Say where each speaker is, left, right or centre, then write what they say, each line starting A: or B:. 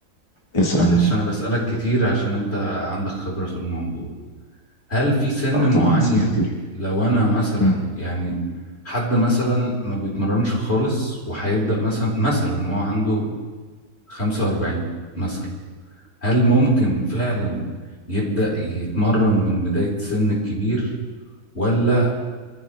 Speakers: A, on the left; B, on the left.
A: اسألني
B: معلش انا بسألك كتير عشان انت عندك خبرة في الموضوع هل في سن
A: آه طبعا
B: معين
A: اسألني كتير
B: لو انا مثلا
A: مم.
B: يعني حد مثلا ما بيتمرنش خالص وهيبدأ مثلا مثلا وهو عنده 45 مثلا هل ممكن فعلا يبدأ يتمرن من بداية السن الكبير ولا